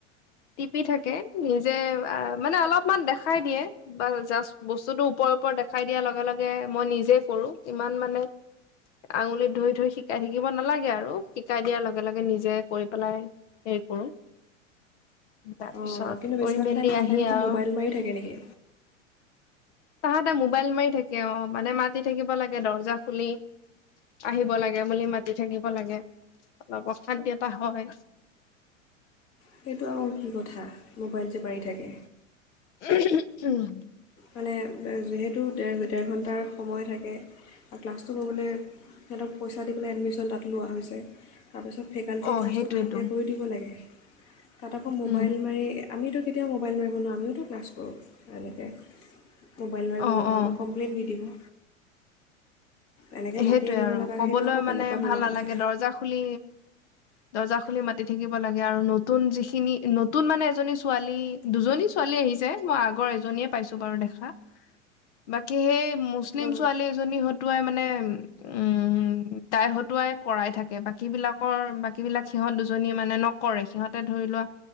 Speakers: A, on the left; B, on the left.
A: টিপি থাকে নিজে মানে অলপমান দেখাই দিয়ে বা জাষ্ট বস্তুটো ওপৰৰ ওপৰত দেখাই দিয়াৰ লগে লগে মই নিজে কৰোঁ ইমান মানে আঙুলিত ধৰি ধৰি শিকাই থাকিব নালাগে আৰু শিকাই দিয়াৰ লগে লগে নিজে কৰি পেলাই হেৰি কৰো তাৰপিছত
B: অ' কিন্তু বেছভাগ
A: কৰি মেলি
B: টাইম
A: আহি
B: টাইম কি
A: আৰু
B: মোবাইল মাৰি থাকে নেকি
A: তাহাঁতে মোবাইল মাৰি থাকে অ মানে মাতি থাকিব লাগে দৰ্জা খুলি আহিব লাগে বুলি মাতি থাকিব লাগে অলপ অশান্তি এটা হয়।
B: সেইটো আকৌ কি কথা মোবাইল যে মাৰি থাকে
A: উম <unintelligible>
B: মানে যিহেতুৰ ডেৰ ঘণ্টাৰ সময় থাকে আৰু ক্লাছটো কৰিব'লৈ সিহঁতক পইচা দি পেললৈ এডমিশ্যন তাত লোৱা হৈছে তাৰপিছত ফেকাল্টি
A: অ
B: ক্লাছটো
A: সেইটোৱেতো
B: ভালকৈ কৰি দিব লাগে, তাত আকৌ মোবাইল
A: উম
B: মাৰি আমিতো কেতিয়াও মোবাইল নিব নোৱাৰো আমিও টো ক্লাছ কৰোঁ এনেকৈ মোবাইল নোৱাৰিব
A: অ
B: নোৱাৰঁ আমাক
A: অ
B: কপ্লেইন দি দিব। এনেকৈ
A: সেইটোৱে
B: মাতি আনিব
A: আৰু
B: লগা
A: কবলৈ
B: সেইটো আকৌ কেনেকুৱা
A: মানে
B: ধৰণৰ
A: ভাল নালাগে
B: কথা
A: দৰ্জা খুলি দৰ্জা খুলি মাতি থাকিব লাগে, আৰু নতুন যিখিনি নতুন মানে এজনী ছোৱালী দুজনী ছোৱালী আহিছে মই আগৰ এজন পাইছো বাৰু দেখা বাকী সে মুছলিম
B: অঁ
A: ছোৱালী এজনী টোৱাই মানে উম তাই হতুৱাই কৰাই থাকে বাকী বিলাকৰ বাকী বিলাক সিহঁত দুজনীয়ে মানে নকৰে সিহঁতে ধৰি লোৱা